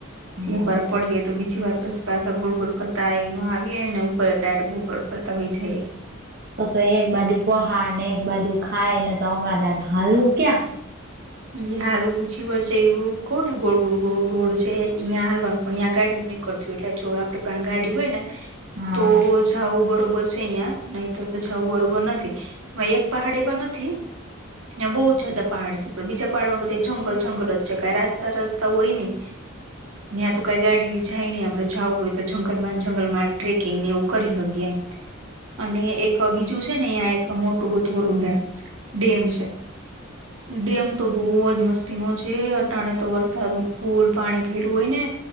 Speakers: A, on the right (about 85°); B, on the right (about 50°).
A: છે
B: હા
A: એક વાર પડીએ તો બીજી વાર પછી પાછા ગોળ ગોળ ફરતા અય નો આવીએ ને ઉપર ડાયરેક ઉપર પડતા વહી જઈએ.
B: તો તો એક બાજુ પહાડ ને એક બાજુ ખાય ને તો અમારે હાલવું ક્યાં.
A: અહિયા હાલવું છવય છે એવું કઉ ને ગોળ ગોળ ગોળ રોડ છે અહિયાં હાલવાનું પણયાં ગાડવી કથયું એટલે જો આપડે પાહે ગાડી હોય ને
B: હા
A: તો જાવું બરોબર છે અહિયાં નય તો જાવું બરોબર નથી. વાય એફ પહાડી ઓ માં નથી. ત્યાં બહુ જજા પહાડ છેડે બીજા પહાડમાં બધા જંગલ જંગલ જ છે ક રસ્તા રસ્તા હોય નને યા તું કઈ ગાડી જાય નહી આપડે જવું હોય તો જંગલમાં જંગલ માં ટ્રેકિંગ ને એવું કરી શકીએ એમ અને એક બીજું છે ને અહં એક મોટું બધું ઓલું હે ડેમ ડેમ તો બહુજ મસ્તી નો છે અટાણે તો વરસાદ નૂ ફૂલ પાણી પેર્યું હોય ને